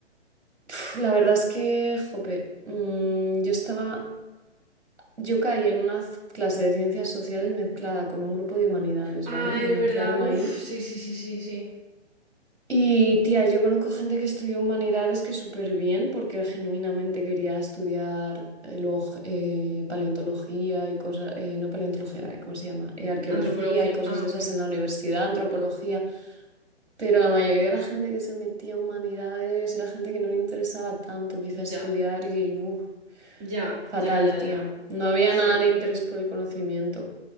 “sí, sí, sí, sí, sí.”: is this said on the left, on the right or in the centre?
Right